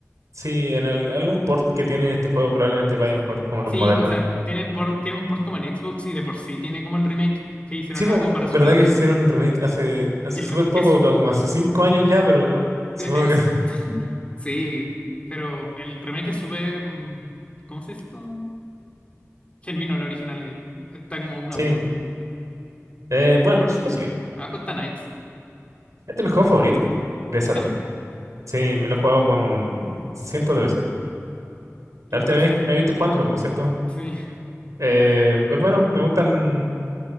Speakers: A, on the right (about 80°); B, on the left (about 25°).
A: Sí, en al- algún port que tiene este juego probablemente vaya mejor, como los
B: Sí,
A: modernos.
B: o sea, tiene, por- tiene un port como en Xbox y de por sí tiene como el remake que hicieron
A: Sí, po,
B: ahora como para Switch.
A: ¿verdad que hicieron un remake hace hace
B: Y el
A: súper
B: remake
A: poco,
B: es, su-
A: como como hace cinco años ya, pero ah, supongo
B: e- es-
A: que... <laughs>
B: Sí, pero el remake es súper... mm, ¿Cómo se dice esto? genuino la original. eh, Está como uno
A: Sí.
B: a uno.
A: Eh, bueno, ¿cuál cuál sigue?
B: Abajo está Knights.
A: Este es mi juego favorito de
B: ¿En
A: Saturn.
B: serio?
A: Sí, me lo he jugado como cientos de veces.
B: ¿Qué
A: La
B: te
A: última
B: parece?
A: vez me viste jugándolo, por cierto.
B: Sí,
A: Eh, pues bueno, me gustan...